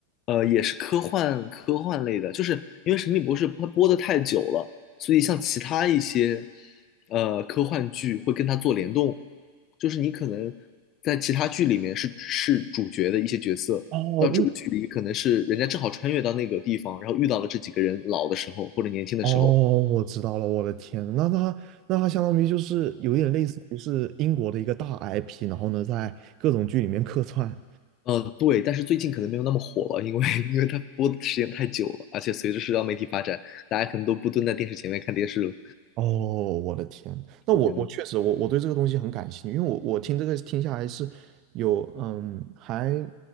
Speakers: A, on the left; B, on the right.
A: 呃，也是科幻科幻类的，就是因为《神秘博士》它播的太久了，所以像其他一些呃科幻剧会跟它做联动，就是你可能在其他剧里面是是主角的一些角色。
B: 哦，
A: 到这个剧里，
B: 那
A: 可能是人家正好穿越到那个地方，然后遇到了这几个人老的时候或者年轻的时候，
B: 哦，我知道了，我的天，那它那它相当于就是有一点类似于是英国的一个大 IP，然后呢，在各种剧里面客串。
A: 呃，对，但是最近可能没有那么火了，因为 <laughs> 因为它播的时间太久了，而且随着社交媒体发展，大家可能都不蹲在电视前面看电视了，
B: 哦，我的天，那我我确实我我对这个东西很感兴趣，
A: 是这样子。
B: 因为我我听这个听下来是有嗯还